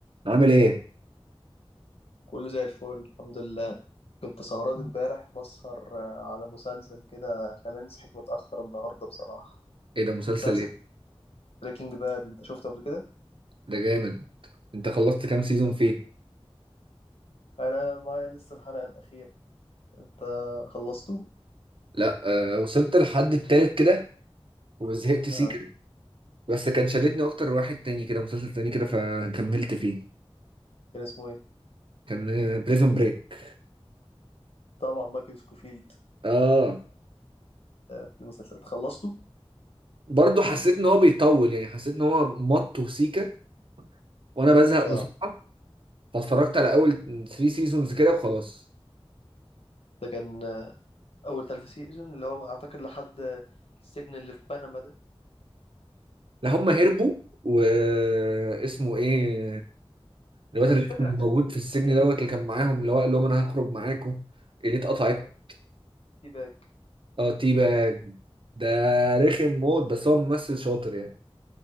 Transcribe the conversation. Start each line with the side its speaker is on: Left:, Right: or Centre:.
Right: عامل ايه؟
Left: كله زي الفل الحمد لله كنت سهران امبارح بسهر آه، على مسلسل كده خلاني صحيت متأخر النهاردة بصراحة
Right: ايه ده مسلسل
Left: مسلسل
Right: ايه؟
Left: بريكنج باد انت شفته قبل كده؟
Right: ده جامد انت خلصت كام سيزون فيه؟
Left: انا معايا لسه الحلقة الأخيرة انت خلصته؟
Right: لا آه وصلت لحد التالت كده وزهقت سيكا
Left: آه
Right: بس كان شددني اكتر واحد تاني كده مسلسل تاني كده فكملت فيه
Left: كان اسمه ايه؟
Right: كان بريزون بريك
Left: طبعا مايكل سكوفيلد
Right: اه
Left: آه في المسلسل خلصته؟
Right: برضه حسيت ان هو بيطول يعني حسيت ان هو مط وسيكا وانا بزهق بسرعة
Left: فعلا
Right: فاتفرجت على اول 3 سيزونز كده وخلاص
Left: ده كان آه، أول ثلاثة سيزون اللي هو أعتقد لحد آه، السجن اللي في بنما ده
Right: لا هم هربوا واسمه ايه الواد
Left: أنا
Right: الرخم
Left: مش فاكر
Right: اللي
Left: أحداث
Right: موجود في السجن
Left: التاني
Right: دوت اللي كان معاهم اللي هو قال لهم انا هخرج معاكم اللي اتقطعت
Left: اه تي باك
Right: اه تيباج ده رخم موت بس هو ممثل شاطر يعني